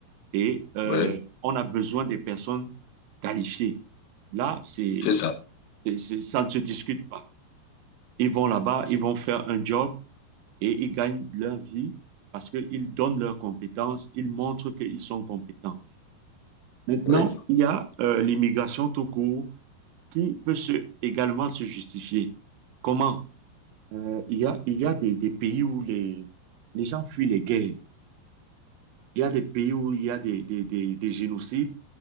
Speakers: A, on the right; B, on the left.
A: et euh,
B: Oui,
A: on a besoin des personnes qualifiées. Là, c'est,
B: c'est ça.
A: c'est- c'est- ça ne se discute pas. Ils vont là-bas, ils vont faire un job et ils gagnent leur vie parce qu'ils donnent leurs compétences, ils montrent qu'ils sont compétents. Maintenant,
B: Oui.
A: il y a euh, l'immigration tout court qui peut se, également se justifier. Comment? Euh, il y a, il y a des, des pays où les, les gens fuient les guerres. Il y a des pays où il y a des, des, des des génocides,